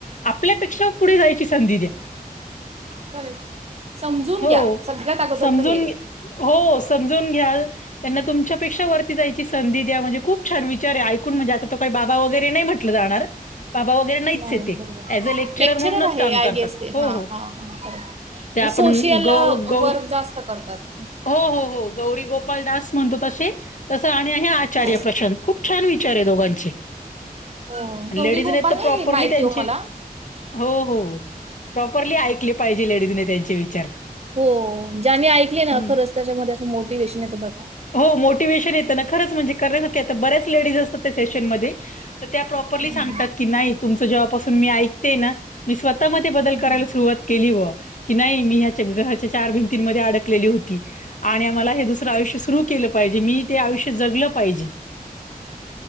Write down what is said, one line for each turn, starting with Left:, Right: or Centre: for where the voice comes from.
Left: आपल्यापेक्षा पुढे जायची संधी द्या
Right: करेक्ट समजून
Left: हो.
Right: घ्या सगळ्यात अगोदर
Left: समजून
Right: तर हे आहे
Left: घे- हो समजून घ्या त्यांना तुमच्यापेक्षा वरती जायची सं संधी द्या म्हणजे खूप छान विचार हे ऐकून म्हणजे आता तो काही बाबा वगैरे नाही म्हटलं जाणार बाबा वगैरे नाहीच
Right: नाही
Left: आहेत ते
Right: बरोबर
Left: ॲज अ लेक्चरर म्हणूनच
Right: आहे
Left: काम
Right: आय
Left: करतात
Right: गेस ते
Left: हो
Right: हा
Left: हो
Right: हा हा करेक्ट
Left: ते
Right: आणि
Left: आपण
Right: सोशियल
Left: गौ गौरी
Right: वर्क जास्त करतात
Left: हो हो हो गौरी गोपाल दास म्हणतो तसे तसं आणि आणि हे आचार्य
Right: हो
Left: प्रशांत खूप छान विचार आहे दोघांचे
Right: हो गौरी
Left: लेडीज
Right: गोपाल
Left: ना हे तर
Right: नाही
Left: प्रॉपरली
Right: गे माहिती
Left: त्यांची
Right: हो मला
Left: हो हो प्रॉपरली ऐकले पाहिजे लेडीजने त्यांचे विचार
Right: हो ज्यांनी ऐकले ना
Left: हं.
Right: खरंच त्याच्यामध्ये असं मोटिव्हेशन येतं बघा
Left: हो मोटिव्हेशन येतं ना खरंच म्हणजे करण्यासाठी आता बऱ्याच लेडीज असतात त्या सेशनमध्ये तर त्या प्रॉपरली
Right: हम्म,
Left: सांगतात की नाही तुमचं जेव्हापासून मी ऐकते ना मी स्वतः मधे बदल
Right: हम्म, हम्म.
Left: करायला सुरुवात केली बुआ की नाही मी ह्या घराच्या चार भिंतीमध्ये अडक केली होती. आणि आम्हाला हे दुसर आयुष्य सुरु केलं पाहिजे मी ते आयुष्य जगलं पाहिजे.